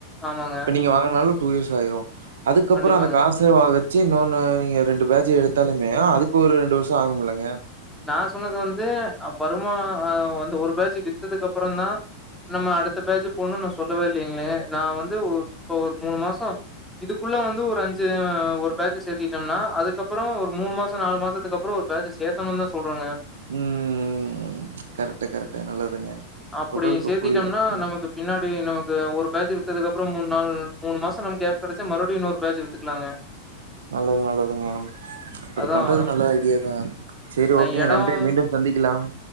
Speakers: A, in the centre; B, on the right.
A: ஆமாங்க
B: இப்ப நீங்க வாங்குனாலு டூ இயர்ஸ் ஆயிரு அதுக்கப்பற
A: கண்டிப்பாங்க.
B: அந்த காச ச வ வெச்சு இன்னொன்னு நீங்க ரெண்டு பேஜு எடுத்தாலுமே அதுக்கு ஒரு ரெண்டு வர்ஷ ஆகுமுலங்க
A: நா சொன்னது வந்து அ வருமா அ அந்த ஒரு பேஜு வித்ததுக்கப்பறந்தா நம்ம அடுத்த பேஜு போணுன் நா சொல்லவே இல்லைங்ளே நா வந்து ஒரு இப்ப ஒரு மூணு மாச இதுக்குள்ள வந்து ஒரு அஞ்சு அ ஒரு பேச்ச சேத்துக்கிட்டம்னா அதுக்கப்பற ஒரு மூணு மாச நாலு மாசத்துக்கப் அப்பற ஒரு பேஜ்ஜ சேத்தணுன் தா சொல்றங்க
B: ம் கரெக்ட்டு கரெக்ட்டு நல்லதுங்க
A: அப்டி
B: சொல்றதுக்கு
A: சேத்திட்டம்னா
B: புரியுது ம்
A: நமக்கு பின்னாடி நமக்கு ஒரு பேஜ் வித்ததுக்கப்பற மூண் நாள் மூணு மாச நமக்கு கேப் கெடச்சா மறுபடியு இன்னொரு பேஜு வித்துக்கலாங்க <inaudible>
B: நல்லது நல்லதுங்க அப்டி
A: அதான்
B: பண்றது நல்ல ஐடியாதா சேரி
A: நான்
B: ஓகேங்க
A: இடம்
B: நன்றி மீண்டும் சந்திக்கலாம்